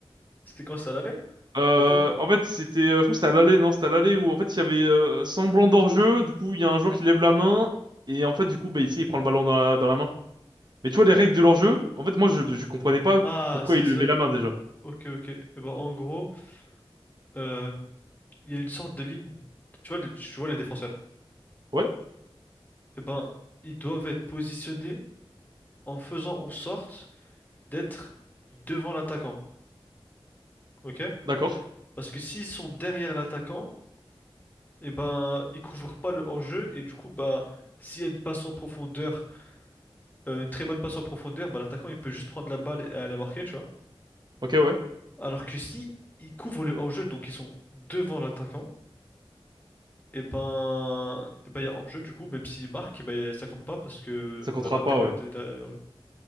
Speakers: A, on the left (about 20°); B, on the right (about 45°).
A: C'était quand ça l'allait?
B: Euh,
A: Retour?
B: en fait, c'était, euh, je pense que c'était à l'aller, non, c'était à l'aller où en fait il y avait euh, semblant d'hors-jeu. Du coup, il y a un joueur qui lève la main et en fait, du coup, bah, ici, il prend le ballon dans la, dans la main. Mais tu vois les règles de l'hors-jeu. En fait, moi, je, je comprenais pas
A: Ah,
B: pourquoi
A: c'est
B: il levait
A: c'est là.
B: la main déjà.
A: Ok, ok. Eh ben, en gros, euh, il y a une sorte de ligne. Tu vois, les, tu vois les défenseurs.
B: Ouais,
A: eh ben, ils doivent être positionnés en faisant en sorte d'être devant l'attaquant, ok?
B: d'accord.
A: Parce que s'ils sont derrière l'attaquant, eh ben, ils couvrent pas le hors-jeu et du coup, bah, s'il y a une passe en profondeur, euh, une très bonne passe en profondeur, bah, l'attaquant il peut juste prendre la balle et aller marquer, tu vois?
B: Ok, ouais.
A: Alors que si ils couvrent le hors-jeu, donc ils sont devant l'attaquant, et ben, eh ben, il y a hors-jeu du coup, même s'il marque, eh ben, ça compte pas parce que
B: Ça comptera
A: bah, l'attaquant
B: pas, ouais.
A: était derrière,